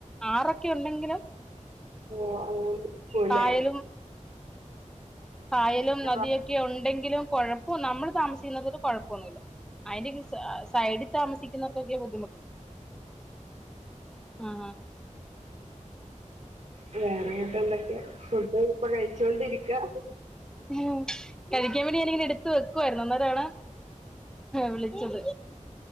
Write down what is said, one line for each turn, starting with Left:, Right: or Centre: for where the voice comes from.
Centre: ആറൊക്കെ ഉണ്ടെങ്കില്
Right: ഓഹ് അങ്ങനെ നിക്കൂലെ.
Centre: കായലും കായലും നദിയൊക്കെ
Right: ഭാഗത്ത്
Centre: ഉണ്ടെങ്കിലും കൊഴപ്പം നമ്മള് താമസിക്കുന്നത് കൊഴപ്പൊന്നുല്ല. അയിന്റെ ഈ സൈ സൈഡിൽ താമസിക്കുന്നവർക്കൊക്കെ ബുദ്ധിമുട്ടുള്ളു. ആഹ് ഹാ
Right: വേറെന്നിട്ട് എന്തൊക്കെ ഫുഡ് ഇപ്പൊ കഴിച്ചൊണ്ടിരിക്കാ
Centre: ഉം കഴിക്കാൻ വേണ്ടി ഞാനിങ്ങനെ എടുത്ത് വെക്കു ആയിരുന്നു അന്നേരാണ്. വിളിച്ചത്.